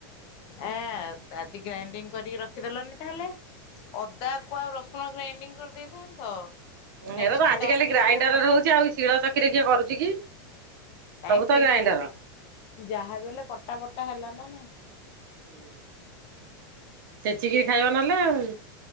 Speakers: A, on the left; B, on the right.
A: ଏ ଆଜି ଗ୍ରାଇଣ୍ଡିଙ୍ଗ କରିକି ରଖିଦେଲନି ତାହେଲେ। ଅଦାକୁ ଆଉ ରସୁଣ ଗ୍ରାଇଣ୍ଡିଙ୍ଗ କରିଦେଇଥାନ୍ତ।
B: ହେରା
A: ନେକ୍ସଟ
B: ତ ଆଜିିକାଲି
A: ତାପରେ
B: ଗ୍ରାଇଣ୍ଡରରେ
A: ଯୋଉ
B: ହଉଛି ଆଉ ଶିଳ ଚକିରେ କିଏ କରୁଛି କି?
A: ନାଇଁ
B: ସବୁ
A: ସେଇଟା
B: ତ ଗ୍ରାଇଣ୍ଡର।
A: ଯାହାବ ହେଲେ କଟା ବଟା ହେଲା ନା ନାହିଁ।
B: <unintelligible> ଛେଚିକିରି ଖାଇବା ନହେଲେ ଆଉ।